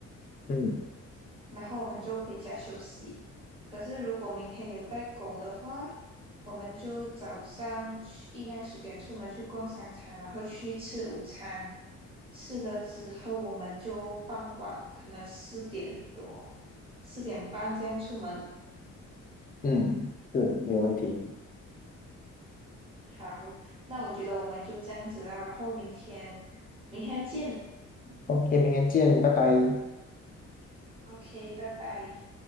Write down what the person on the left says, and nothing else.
嗯
嗯，是，没有问题。
OK，明天见，拜拜。